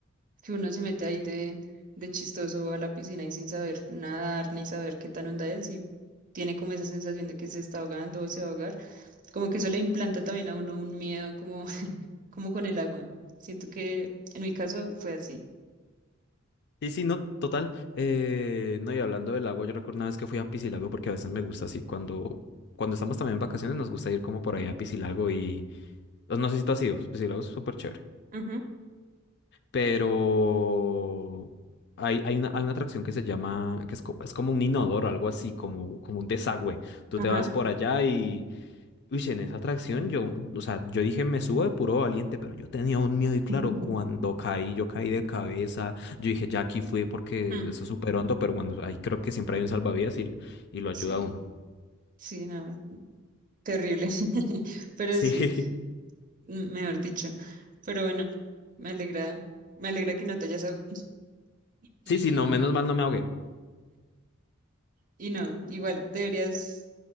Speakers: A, on the right; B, on the left.
A: que uno se mete ahí de, de chistoso a la piscina y sin saber nadar ni saber qué tan onda es y tiene como esa sensación de que se está ahogando o se va a ahogar. Como que eso le implanta también a uno un miedo como, <laughs> como con el agua. Siento que en mi caso fue así.
B: Sí, sí, no, total. Eh, no, y hablando del agua, yo recuerdo una vez que fui a Piscilago porque a veces me gusta así cuando, cuando estamos también en vacaciones nos gusta ir como por ahí a Piscilago y pues, no sé si tú has ido, Piscilago es súper chévere,
A: Ujú,
B: pero hay, hay una, hay una atracción que se llama, que es, co- es como un inodoro, algo así, como, como un desagüe. Tú
A: Ajá.
B: te vas por allá Uy, si en esa atracción yo, o sea, yo dije me subo de puro valiente, pero yo tenía un miedo y claro,
A: <laughs>
B: cuando caí, yo caí de cabeza, yo dije ya aquí fui porque
A: Mm,
B: eso es súper hondo, pero bueno, ahí creo que siempre hay un salvavidas y, y lo ayuda
A: Sí,
B: a uno.
A: sí, no, terrible. <laughs> Pero
B: Sí,
A: sí,
B: <laughs>
A: mm, mejor dicho. Pero bueno, me alegra, me alegra que no te hayas ahogado. Y,
B: sí, sí, no, menos mal no me ahogué,
A: y no, igual deberías